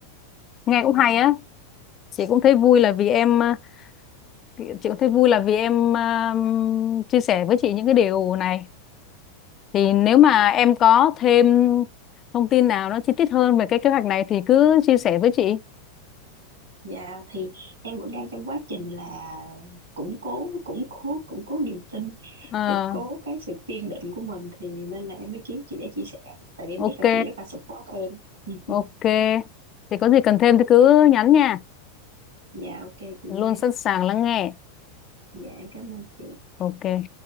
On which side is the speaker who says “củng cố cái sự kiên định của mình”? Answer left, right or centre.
Right